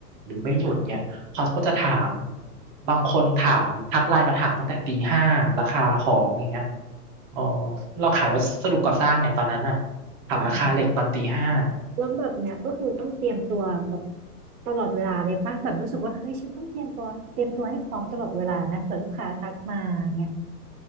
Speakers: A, on the right; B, on the right.
A: หรือไม่หยุดเงี้ยเขาก็จะถามบางคนถามทักไลน์มาถามตั้งแต่ตีห้าราคาของอย่างเงี้ยเออเราขายวัสดุก่อสร้างไงตอนนั้นอ่ะถามราคาเหล็กตอนตีห้า
B: อ๋อแล้วแบบเนี้ยก็คือต้องเตรียมตัวแบบตลอดเวลาเลยปะแบบรู้สึกว่าเฮ้ยฉันต้องเตรียมตัวเตรียมตัวให้พร้อมตลอดเวลานะเผื่อลูกค้าทักมาเนี่ย